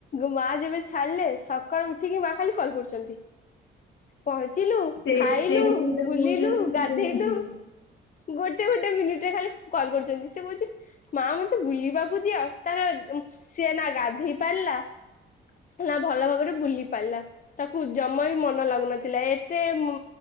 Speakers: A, on the left (about 40°); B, on the left (about 65°).
A: ମା ଯେବେ ଛାଡିଲେ ସକାଳୁ ଉଠିକି ମା ଖାଲି କଲ୍ କରୁଛନ୍ତି। ପହଞ୍ଚିଲୁ,
B: ସେ
A: ଖାଇଲୁ,
B: ସେଇଠି ସେଇଟା
A: ବୁଲିଲୁ,
B: ବହୁତ ଜୋରସେ ଚିଡ
A: ଗାଧେଇଲୁ
B: ଲାଗିବ।
A: ଗୋଟେ-ଗୋଟେ ମିନିଟରେ ଖାଲି କଲ୍ କରୁଛନ୍ତି ସେ କହୁଛି ମା ମତେ ବୁଲିବାକୁ ଦିଅ। ତାର ସିଏ ନା ଗାଧେଇ ପାରିଲା ନା ଭଲ ଭାବରେ ବୁଲି ପାରିଲା। ତାକୁ ଜମା ବି ମନ ଲାଗୁନଥିଲା ଏତେ ମ